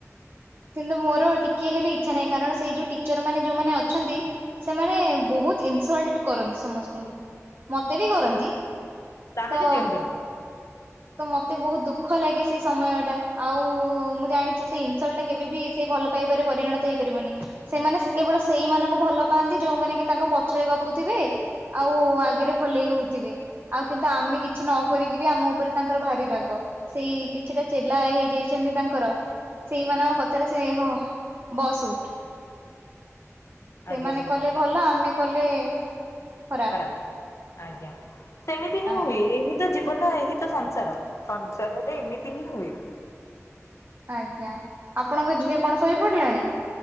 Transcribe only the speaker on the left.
ତାହେଲେ
ଦିଅନ୍ତୁନି।
ଆଜ୍ଞା
ବୁଝିଲି
ଖରାପ ଆଜ୍ଞା ସେମିତି ହିଁ
ହୁଏ। ଏହି ତ ଜୀବନ ନା ଏହି ତ ସଂସାର, ସଂସାରରେ ଏମିତି ହିଁ ହୁଏ।